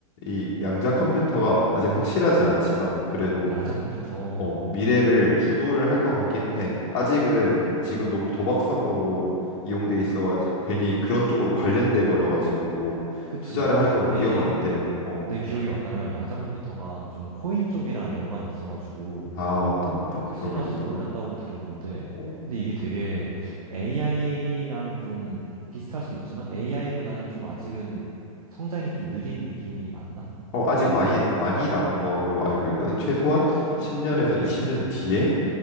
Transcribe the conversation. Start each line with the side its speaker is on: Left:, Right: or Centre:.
Left: 이 양자 컴퓨터가 아직 확실하진 않지만 그래도
Right: 양자 컴퓨터.
Left: 어, 미래를 주도를 할 것 같기는 해. 아직은 지금 너무 도박성으로 이용돼 있어가지고 괜히 그런 쪽으로 관련돼 버려가지고
Right: 그치.
Left: 투자를 하는 건
Right: 내,
Left: 위험한데,
Right: 어,
Left: 어,
Right: 내 기억에 맞다면 양자 컴퓨터가 좀 코인 쪽이랑 연관이 있어가지고,
Left: 아 맞다 맞다
Right: 음, 들쑥날쑥
Left: 그러겠다.
Right: 올랐다고는 들었는데,
Left: 어,
Right: 근데 이게 되게 AI랑 좀 비슷할 수 있지만 AI보다는 좀 아직은 성장이 좀 느린 느낌이 맞나?
Left: 어 아직 많이 많이 남은 걸로 알고 있거든. 최소한 10년에서 20년 뒤에